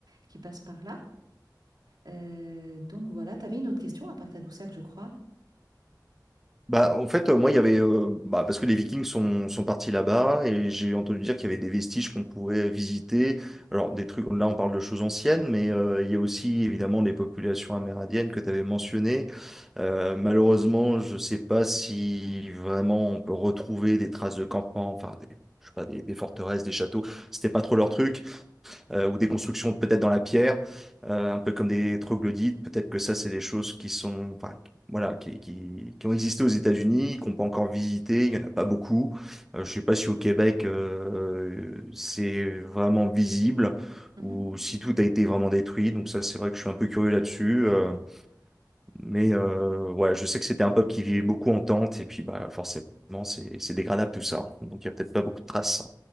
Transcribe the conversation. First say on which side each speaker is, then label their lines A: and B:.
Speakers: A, on the right; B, in the centre.
A: qui passent par là. Euh, donc voilà, tu avais une autre question à part Tadoussac, je crois.
B: Bah, en fait, euh, moi, il y avait. euh, bah, parce que les Vikings sont, sont partis là-bas, et j'ai entendu dire qu'il y avait des vestiges qu'on pouvait visiter. Alors, des trucs, là, on parle de choses anciennes, mais euh, il y a aussi, évidemment, les populations amérindiennes que tu avais mentionnées. Euh, malheureusement, je sais pas si vraiment on peut retrouver des traces de campement, enfin, des, je sais pas, des, des forteresses, des châteaux. C'était pas trop leur truc euh, ou des constructions peut-être dans la pierre, euh, un peu comme des troglodytes. Peut-être que ça, c'est des choses qui sont, enfin, qui- voilà, qui, qui, qui ont existé aux États-Unis, qu'on peut encore visiter. Il y en a pas beaucoup. Euh, je sais pas si au Québec, euh, c'est vraiment visible
A: Mhm.
B: ou si tout a été vraiment détruit. Donc ça, c'est vrai que je suis un peu curieux là-dessus. euh, mais euh, ouais, je sais que c'était un peuple qui vivait beaucoup en tente et puis bah forcément, c'est c'est dégradable tout ça. Donc il y a peut-être pas beaucoup de traces.